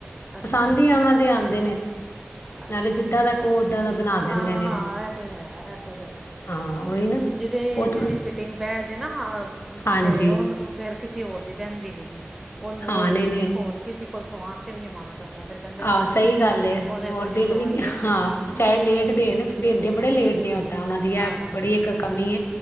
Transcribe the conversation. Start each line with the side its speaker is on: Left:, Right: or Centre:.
Centre: ਅੱਛਾ-ਅੱਛਾ।
Left: ਪਸੰਦ ਉਹਨਾਂ ਦੇ ਆਉਂਦੇ ਨੇ
Centre: ਅੱਛਾ
Left: ਨਾਲੇ ਜਿੱਦਾਂ
Centre: -ਅੱਛਾ।
Left: ਦਾ ਕਹੋ ਓਦਾਂ ਦਾ ਬਣਾ ਦਿੰਦੇ
Centre: ਹਾਂ-ਹਾਂ,
Left: ਨੇ ਉਹ
Centre: ਇਹ ਤਾਂ ਹੈ, ਇਹ ਤਾਂ ਹੈ।
Left: ਹਾਂ ਉਹੀ ਨਾ
Centre: ਜਿਹਦੇ,
Left: ਬਹੁਤ
Centre: ਜਿਹਦੀ ਫਿਟਿੰਗ ਬਹਿ ਜਾੇ ਨਾ ਅਤੇ
Left: ਹਾਂਜੀ,
Centre: ਉਹ ਫਿਰ ਕਿਸੇ ਹੋਰ ਦੀ ਬਹਿੰਦੀ ਵੀ ਨਹੀਂ, ਉਹਨ
Left: ਹਾਂ ਨਹੀਂ-ਨਹੀਂ
Centre: ਹੋਰ ਕਿਸੇ ਕੋਲ ਸਵਾਉਣ 'ਤੇ ਵੀ ਨਹੀਂ ਮਨ ਕਰਦਾ ਫਿਰ ਕਹਿੰਦਾ
Left: ਆਹੋ,
Centre: ਬੰਦਾ
Left: ਸਹੀ ਗੱਲਹੈ।
Centre: ਉਹਦੇ
Left: ਹੋਰ
Centre: ਕੋਲ ਹੀ
Left: ਦਿਲ
Centre: ਸਵਾਈਏ
Left: ਵੀ ਨ
Centre: ਤੇ
Left: ਹਾਂ, ਚਾਹੇ ਲੇਟ ਦੇਣ ਦਿੰਦੇ ਬੜੇ ਲੇਟ ਨੇ‌ ਦਾਂ ਉਹਨਾਂ ਦੀ
Centre: ਹਾਂਜੀ
Left: ਹੈ ਬੜੀ ਇੱਕ ਕਮੀ